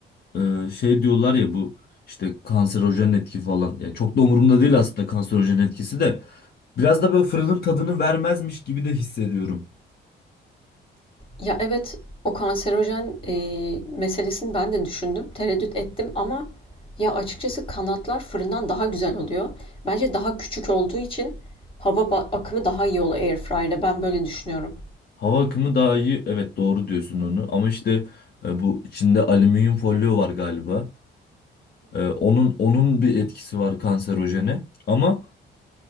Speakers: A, on the left; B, on the left.
A: Ee, şey diyorlar ya bu işte kanserojen etki falan. Yani çok da umurumda değil aslında kanserojen etkisi de. Biraz da böyle fırının tadını vermezmiş gibi de hissediyorum.
B: Ya evet o kanserojen e, meselesini ben de düşündüm. Tereddüt ettim ama ya açıkçası kanatlar fırından daha güzel oluyor. Bence daha küçük olduğu için hava ba- akımı daha iyi oluyor airfryer'da. Ben böyle düşünüyorum.
A: Hava akımı daha iyi. Evet doğru diyorsun onu. Ama işte e, bu içinde alüminyum folyo var galiba. E, onun onun bir etkisi var kanserojene. Ama